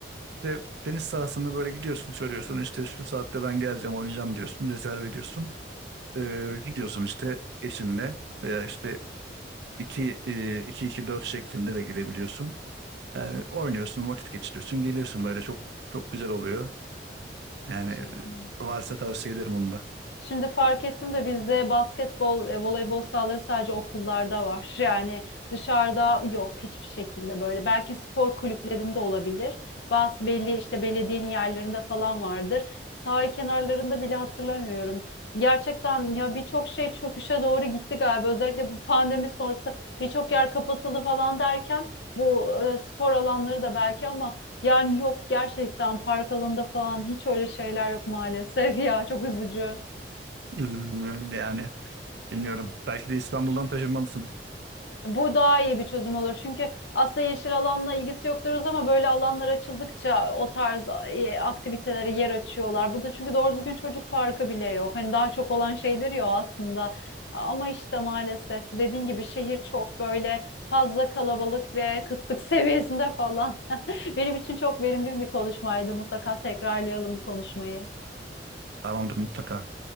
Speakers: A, on the right; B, on the left.
A: Ve tenis sahasını böyle gidiyorsun söylüyorsun işte şu saatte ben geleceğim oynayacağım diyorsun rezerv ediyorsun. Ee, gidiyorsun işte eşinle veya işte iki 2 iki 4 şeklinde de gidebiliyorsun. Yani oynuyorsun vakit geçiriyorsun geliyorsun böyle çok çok güzel oluyor. Yani
B: <laughs>
A: varsa tavsiye ederim onu da.
B: Şimdi fark ettim de bizde basketbol ve voleybol sahaları sadece okullarda var. Yani dışarıda yok hiçbir şekilde böyle. Belki spor kulüplerinde olabilir. Bazı belli işte belediyenin yerlerinde falan vardır. Sahil kenarlarında bile hatırlamıyorum. Gerçekten ya birçok şey çöküşe doğru gitti galiba. Özellikle bu pandemi sonrası birçok yer kapatıldı falan derken bu e, spor alanları da belki ama yani yok gerçekten park alanında falan hiç öyle şeyler yok maalesef <laughs> ya çok üzücü.
A: Ee, Yani bilmiyorum. Belki de İstanbul'dan taşınmalısın.
B: Bu daha iyi bir çözüm olur. Çünkü aslında yeşil alanla ilgisi yok diyoruz ama böyle alanlar açıldıkça o tarz e, aktivitelere yer açıyorlar. Burada çünkü doğru düzgün çocuk parkı bile yok. Hani daha çok olan şeydir ya o aslında. Ama işte maalesef dediğin gibi şehir çok böyle fazla kalabalık ve kıtlık seviyesinde falan. <laughs> Benim için çok verimli bir konuşmaydı. Mutlaka tekrarlayalım bu konuşmayı.
A: Tamamdır mutlaka.